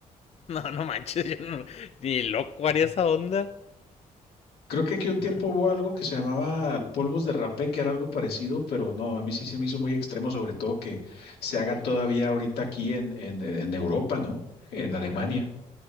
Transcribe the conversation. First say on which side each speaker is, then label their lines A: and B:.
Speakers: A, on the left (about 40°); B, on the left (about 80°).
A: No, no manches, yo no- ni loco haría esa onda.
B: Creo que aquí un
A: No.
B: tiempo hubo algo que se llamaba polvos de rapé, que era algo parecido, pero no, a mí sí se me hizo muy extremo, sobre todo que se haga todavía ahorita aquí en, en, en Europa, ¿no? En Alemania.
A: Ajá.